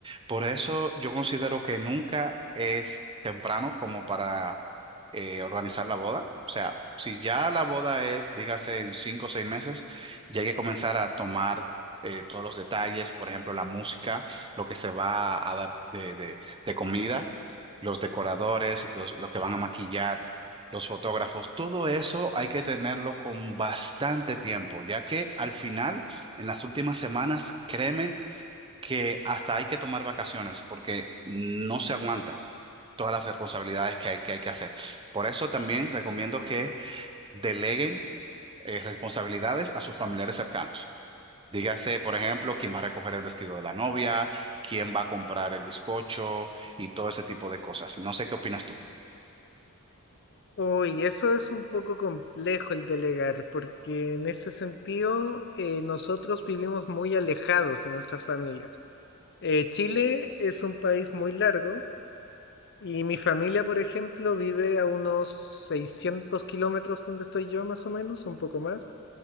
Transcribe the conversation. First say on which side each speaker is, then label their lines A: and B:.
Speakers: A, on the right; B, on the left.
A: Por eso yo considero que nunca es temprano como para eh, organizar la boda. O sea, si ya la boda es, dígase, en cinco o seis meses, ya hay que comenzar a tomar eh, todos los detalles, por ejemplo, la música, lo que se va a dar de, de- de comida, los decoradores, los, lo que van a maquillar los fotógrafos, todo eso hay que tenerlo con bastante tiempo, ya que al final, en las últimas semanas, créeme que hasta hay que tomar vacaciones porque no se aguanta todas las responsabilidades que hay que, hay que hacer. Por eso también recomiendo que deleguen eh, responsabilidades a sus familiares cercanos. Dígase, por ejemplo, quién va a recoger el vestido de la novia, quién va a comprar el bizcocho y todo ese tipo de cosas. No sé qué opinas tú.
B: Uy, eso es un poco complejo el delegar, porque en ese sentido eh, nosotros vivimos muy alejados de nuestras familias. Eh, Chile es un país muy largo y mi familia, por ejemplo, vive a unos 600 kilómetros donde estoy yo, más o menos, un poco más.